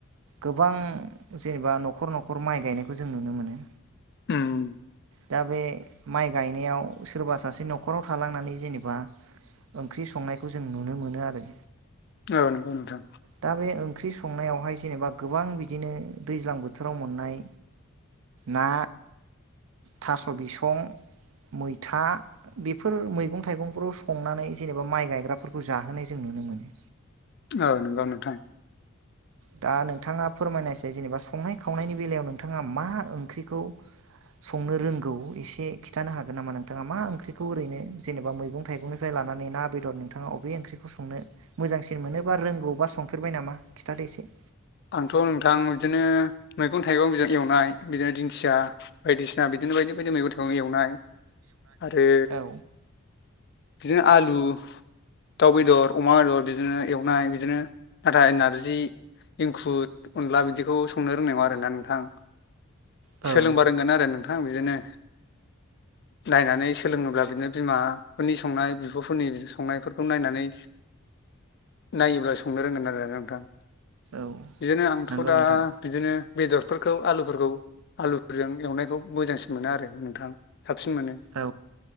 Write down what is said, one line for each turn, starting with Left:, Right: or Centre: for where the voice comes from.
Right: गोबां जेनेबा न'खर न'खर माइ गायनायखौ जों नुनो मोनो
Left: उम
Right: दा बे माइ गायनायाव सोरबा सासे न'खराव थालांनानै जेनेबा ओंख्रि संनायखौ जों नुनो मोनो आरो
Left: औ नंगौ नोंथां
Right: दा बे ओंख्रि संनायावहाय जेनेबा गोबां बिदिनो दैज्लां बोथोराव मोननाय ना थास' बिसं मैथा बेफोर मैगं थाइगंफोराव संनानै जेनेबा माइ गायग्राफोरखौ जाहोनाय जों नुनो मोनो
Left: औ नोंगौ नोंथां
Right: दा नोंथाङा फोरमायनायसै जेनेबा संनाय खावनायनि बेलायाव नोंथाङा मा ओंख्रिखौ संनो रोंगौ एसे खिन्थानो हागोन नामा नोंथाङा मा ओंख्रिखौ ओरैनो जेनेबा मैगं थाइगंनिफ्राय लानानै ना बेदर नोंथाङा अबे ओंख्रिखौ संनो मोजांसिन मोनोबा रोंगौबा संफेरबाय नामा खिथादो एसे
Left: आंथ' नोंथां बिदिनो मैगं थाइगं एवनाय बिदिनो दिंखिया बायदिसिना बि बिदिनो बायदि बायदि मैगं थाइगंखौ एवनाय आरो
Right: औ
Left: बिदिनो आलु दाउ बेदर अमा बेदर बिदिनो एवनाय बिदिनो नाथाय नारजि इंखुर अनला बिदिखौ संनो रोंनाय नङा आरोना नोंथां
Right: औ
Left: सोलोंबा रोंगोन आरो नों नोंथां बिदिनो नायनानै सोलोंनोब्ला बिदिनो बिमाफोरनि संनाय बिब'फोरनि संनायफोरखौ नायनानै नायोब्ला संनो रोंगोन आरो नोंथां।
Right: औ
Left: बिदिनो आंथ'
Right: नंगौ
Left: दा
Right: नोंथां
Left: बिदिनो बेदरफोरखौ आलुफोरखौ आलुफोरजों एवनायखौ मोजांसिन मोनो आरो नोंथां साबसिन मोनो
Right: औ